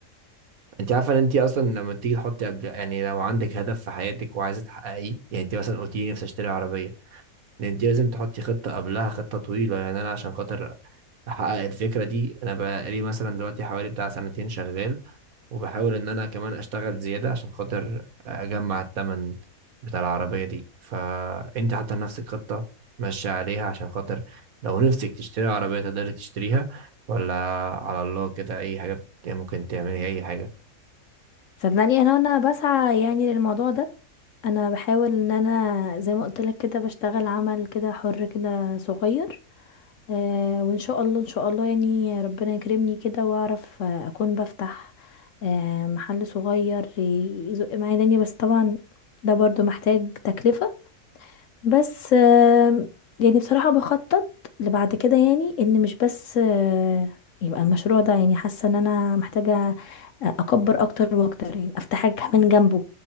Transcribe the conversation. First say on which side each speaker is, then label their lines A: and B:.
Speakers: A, on the right; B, on the left.
A: أنت عارفة إن أنت أصلا لما تيجي تحطي قبل يعني لو عندك هدف في حياتك وعايزة تحققيه يعني أنت مثلا قلتي لي نفسي أشتري عربية ده أنت لازم تحطي خطة قبلها خطة طويلة يعني أنا عشان خاطر احقق الفكره دي انا بقالي مثلا دلوقتي حوالي بتاع سنتين شغال وبحاول ان انا كمان اشتغل زياده عشان خاطر اجمع التمن بتاع العربيه دي فانت حاطه لنفسك خطه ماشيه عليها عشان خاطر لو نفسك تشتري عربيه تقدري تشتريها ولا على الله كده اي حاجه بت- ممكن تعملي اي حاجه
B: صدقني انا وانا بسعى يعني للموضوع ده انا بحاول ان انا زي ما قلت لك كده بشتغل عمل كده حر كده صغير آه وان شاء الله ان شاء الله يعني ربنا يكرمني كده واعرف آه، اكون بفتح آه محل صغير ي- يزق معايا دنيا بس طبعا ده برضو محتاج تكلفة بس آم، يعني بصراحة بخطط لبعد كده يعني ان مش بس آه، يبقى المشروع ده يعني حاسة ان انا محتاجة اكبر اكتر واكتر يعني افتح حاجة كمان جنبه